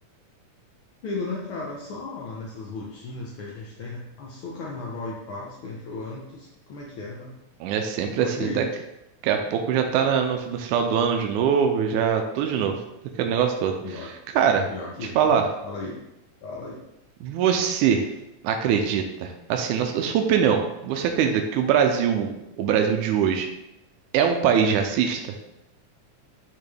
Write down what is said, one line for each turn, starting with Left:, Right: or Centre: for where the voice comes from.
Left: Tranquilo, né, cara? Só nessas rotinas que a gente tem, né? Passou Carnaval e Páscoa, entrou ano, tu sabe como é que é, né?
Right: É sempre
Left: Mas
Right: assim,
Left: e aí?
Right: daqui daqui a pouco já tá na- no, no final do ano de novo, já tudo de novo, aquele negócio todo.
Left: Pior,
Right: Cara,
Left: pior que
Right: te
Left: é,
Right: falar,
Left: né? Fala aí, fala aí.
Right: você acredita, assim, na su- na sua opinião, você acredita que o Brasil, o Brasil de hoje, é um país racista?